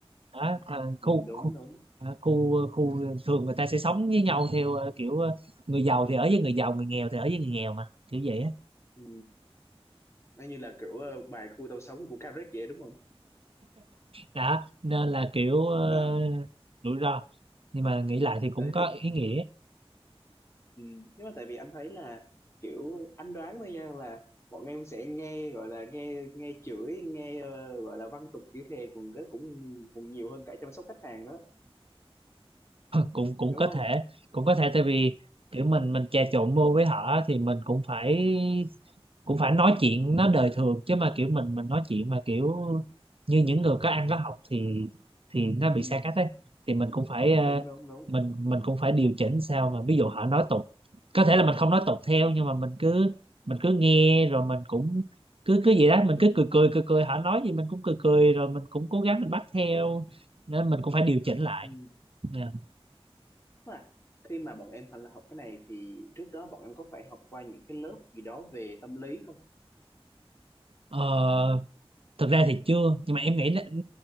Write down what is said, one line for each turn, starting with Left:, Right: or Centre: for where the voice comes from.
Right: đó à,
Left: ừ
Right: khu
Left: đúng
Right: khu
Left: đúng
Right: à, khu khu thường người ta sẽ sống với nhau theo ờ, kiểu ờ, người giàu thì ở với người giàu người nghèo thì ở với người nghèo mà kiểu vậy á
Left: ừ. nó như là kiểu ờ, bài khu tàu sống của Carrick vậy đúng không
Right: đó nên là kiểu ờ,
Left: đó
Right: rủi ro nhưng mà nghĩ lại thì cũng
Left: <clears throat> đấy
Right: có
Left: thì
Right: ý nghĩa
Left: ừ. nhưng mà tại vì anh thấy là kiểu anh đoán thôi nha là bọn em sẽ nghe gọi là nghe nghe chửi nghe ờ, gọi là văn tục chửi thề cùng cái cũng cũng nhiều hơn cả chăm sóc khách hàng đó
Right: <coughs> <laughs> cũng cũng
Left: đúng
Right: có
Left: không
Right: thể cũng có thể tại vì kiểu mình mình trà trộn vô với họ á, thì mình cũng phải cũng phải nói chuyện nó đời thường chứ mà kiểu mình mình nói chuyện mà kiểu như những người có ăn có học thì thì nó
Left: ừ
Right: bị xa cách ấy thì mình cũng phải ờ,
Left: đúng đúng đúng
Right: mình mình cũng phải điều chỉnh sao mà ví dụ họ nói tục có thể là mình không nói tục theo nhưng mà mình cứ mình cứ nghe rồi mình cũng cứ cứ vậy đó mình cứ cười cười cười cười họ nói gì mình cũng cười cười rồi mình cũng cố gắng mình bắt theo nên mình cũng phải điều chỉnh lại
Left: ừ
Right: Nè.
Left: à, khi mà bọn em học là học cái này thì trước đó bọn em có phải học qua những cái lớp gì đó về tâm lý không
Right: Ờ, thực ra thì chưa nhưng mà em nghĩ là, ừ,